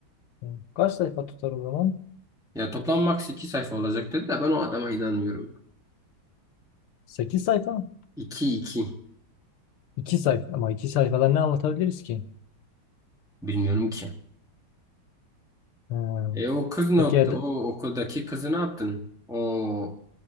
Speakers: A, on the left; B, in the centre.
A: Hmm. Kaç sayfa tutar o zaman?
B: Ya toplam max 2 sayfa olacak dedi de ben o adama inanmıyorum.
A: sekiz sayfa.
B: iki iki
A: 2 sayfa. Ama 2 sayfada ne anlatabiliriz ki?
B: bilmiyorum ki.
A: Ha.
B: E o kız ne
A: Peki
B: yaptı?
A: ed-
B: O okuldaki kızı ne yaptın? O